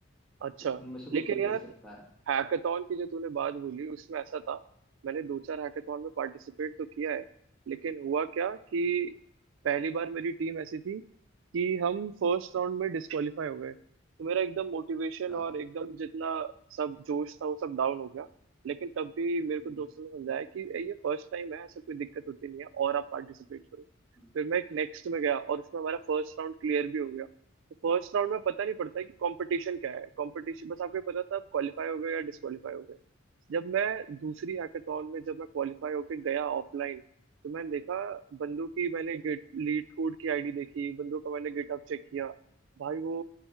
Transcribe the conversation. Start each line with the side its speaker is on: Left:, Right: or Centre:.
Right: अच्छा
Centre: तो उनमें से कुछ
Right: लेकिन
Centre: तू
Right: यार
Centre: देख सकता है
Right: हैकाथॉन की जो तूने बात बोली उसमें ऐसा था मैंने दो चार हैकाथॉन में पार्टिसिपेट तो किया है लेकिन हुआ क्या कि पहली बार मेरी टीम ऐसी थी कि हम फर्स्ट राउंड में डिस्क्वालीफाई हो गए तो मेरा एकदम मोटिवेशन
Centre: अच्छा
Right: और एकदम जितना सब जोश था वो सब डाउन हो गया लेकिन तब भी मेरे
Centre: हम्म,
Right: को दोस्तों ने समझाया कि ये फर्स्ट टाइम है ऐसा कोई दिक्कत होती नहीं है और आप पार्टिसिपेट करो
Centre: हम्म,
Right: फिर मैं एक नेक्स्ट में गया और उसमें हमारा फर्स्ट राउंड क्लियर भी हो गया तो फर्स्ट राउंड में पता नहीं पड़ता है कि कंपटीशन क्या है कंपटीशन बस आपको पता था आप क्वालिफाई हो गए या डिस्क्वालीफाई हो गए जब मैं दूसरी हैकाथॉन में जब मैं क्वालिफाई होके गया ऑफलाइन तो मैंने देखा बंदों की मैंने गिट लीड कोड की आईडी देखी बंदों का मैंने गिटहब चेक किया भाई वो